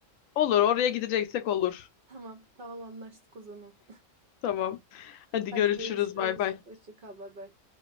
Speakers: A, on the left; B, on the right.
A: Olur oraya gideceksek olur.
B: Tamam, tamam anlaştık o zaman.
A: Tamam.
B: <laughs>
A: Hadi
B: Hadi
A: görüşürüz
B: görüşürüz.
A: bay bay.
B: Hoşça kal, bay bay.